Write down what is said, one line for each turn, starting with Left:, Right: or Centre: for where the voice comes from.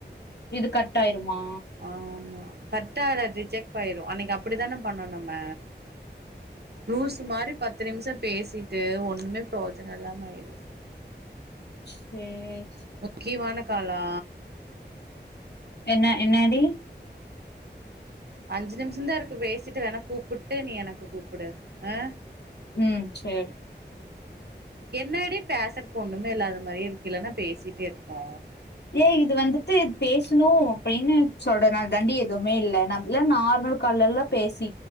Left: இது கட் ஆயிருமா
Right: ஆமா கத்ததா ஜிஜெக்ட் ஆய்ரும் அன்னிக்கு அப்டித்தானே பண்ணோம் நம்ப லூசு மாரி பத்து நிம்ஷம் பேசிட்டு ஒன்னுமே ப்ரோஜன இல்லாம ஆய்ருச்சு.
Left: சே
Right: முக்கியமான காலா
Left: என்ன என்னடி
Right: அஞ்சு நிமிஷம் தா இருக்கு பேசிட்டு வேணா கூப்புட்டு நீ எனக்கு கூப்புடு அ
Left: ம் சேரி
Right: என்னடி பேஸ்றதுக்கு ஒன்னுமே இல்லாத மாரி இல்லன்னா பேசிட்டே இருப்போ
Left: ஏ இது வந்துட்டு பேசணு அப்டின்னு சொல்றனால தாண்டி எதுமே இல்ல நம் இல்ல நார்மல் கால்லலா பேசி